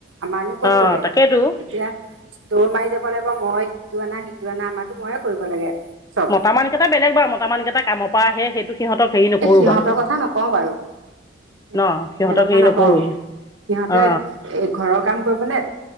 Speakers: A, on the right (about 85°); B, on the left (about 20°).
A: আমাৰনো কত
B: অ
A: কৰে
B: তাকেইতো
A: এতিয়া দৌৰ মাৰি যাব লাগিব মই সেইটো অনা সিটো অনা আমাৰতো ময়ে কৰিব লাগে চব
B: মতা মান কেইটা বেলেগ বাৰু মতা মান কেইটা কামৰ পৰা আহে সেইটো সিহঁতক হেৰি নকৰোঁ
A: এই সিহঁতৰ
B: বাৰু
A: কথা নকওঁ বাৰু
B: ন
A: সিহঁতৰ
B: সিহঁতক
A: কথা
B: হেৰি
A: নকওঁ
B: নকৰোঁ
A: সিহঁতে
B: অ
A: এ ঘৰৰ কাম কৰিবনে